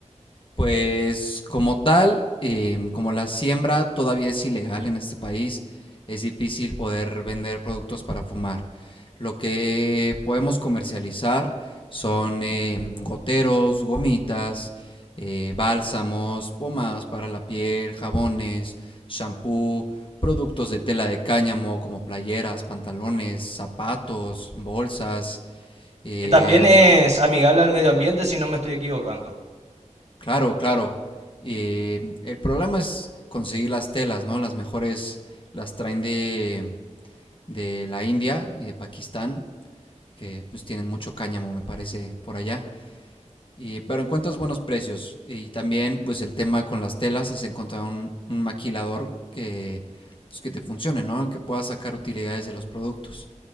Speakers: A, on the left; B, on the right.
A: Pues como tal, em, como la siembra todavía es ilegal en este país, es difícil poder vender productos para fumar. Lo que podemos comercializar son em, goteros, gomitas, eh, bálsamos, pomadas para la piel, jabones, shampoo, productos de tela de cáñamo como playeras, pantalones, zapatos, bolsas, em,
B: Que también es amigable al medio ambiente, si no me estoy equivocando.
A: Claro, claro. Eh, el problema es conseguir las telas, ¿no? Las mejores las traen de, de la India y de Pakistán, que pues tienen mucho cáñamo, me parece, por allá. Y, pero encuentras buenos precios. Y también, pues el tema con las telas es encontrar un, un maquilador que, pues, que te funcione, ¿no? Que pueda sacar utilidades de los productos.